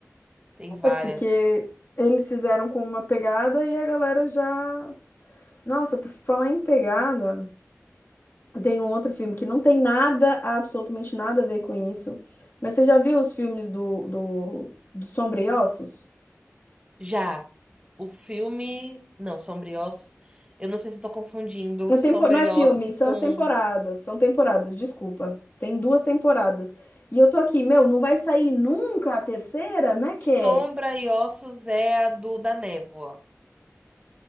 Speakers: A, on the right; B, on the left.
A: Tem várias.
B: É porque eles fizeram com uma pegada e a galera já. Nossa, por falar em pegada. Tem um outro filme que não tem nada, absolutamente nada a ver com isso. Mas você já viu os filmes do, do, do Sombra e Ossos?
A: Já o filme, não, Sombriossos, eu não sei se estou confundindo
B: É
A: Sombriossos
B: tempo... Não é filme,
A: com
B: são as temporadas. São temporadas, desculpa. Tem duas temporadas. E eu tô aqui, meu, não vai sair nunca a terceira? Como é
A: Sombra
B: que é?
A: e Ossos é a do da névoa,